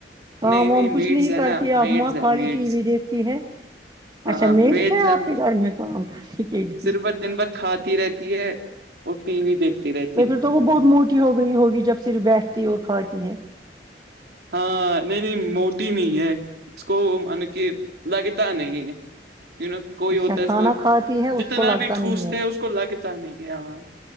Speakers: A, on the right (about 25°); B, on the right (about 65°).
A: کام
B: نہیں نہیں
A: وام کچھ
B: میڈس ہے
A: کرتی
B: نا میڈس
A: آپ ماں
B: ہے
A: خالی
B: میڈس
A: ٹی وی دیکھتی ہے
B: ہاں
A: اچھا
B: میڈس
A: آپ
B: ہے نا
A: کے گھر میں کام کرنے کے لیے
B: دن بھر کھاتی رہتی ہے اور ٹی وی دیکھتی رہتی
A: تو
B: ہے
A: پھر تو وہ بہت موٹی ہو گئی ہوگی جب صرف بیٹھتی ہے اور کھاتی ہے
B: ہاں نہیں نہیں موٹی نہیں ہے اس کو مانو کہ لگتا نہیں ہے <unintelligible> کوئی
A: اچھا
B: ہوتا ہے اس
A: کھانا
B: کو
A: کھاتی ہے
B: جتنا
A: اس کو لگتا
B: بھی ٹوستے
A: نہیں ہے
B: ہیں اس کو لگتا نہیں ہاں